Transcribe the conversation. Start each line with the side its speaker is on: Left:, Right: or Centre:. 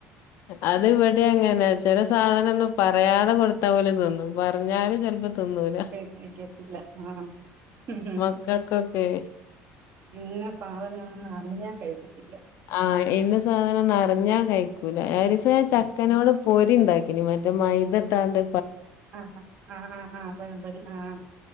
Left: അത് ഇവടിം അങ്ങനെ ച <unintelligible> സാധനൊന്നും പറയാതെ കൊട്ത്താ ഓല് തിന്നും പറഞ്ഞാല് ചെല്പ്പോ തിന്നൂല
Right: കഴിക്കത്തില്ല. ആഹ്. ഉം.
Left: മക്കക്കൊക്കേ
Right: ഇന്ന സാധനാണെന്ന് അറിഞ്ഞാ കഴിക്കത്തില്ല.
Left: ആഹ് ഇന്ന സാധനാന്നർഞ്ഞാ കഴിക്കൂല ഒരീസം ഞാൻ
Right: ഉം.
Left: ചക്കനോട് പൊരിണ്ടാക്കിനി മറ്റെ മൈദട്ടാണ്ട്
Right: ആഹ് ഹാ ആഹ് ആഹ് ആഹ് പഴംപൊരി ആഹ്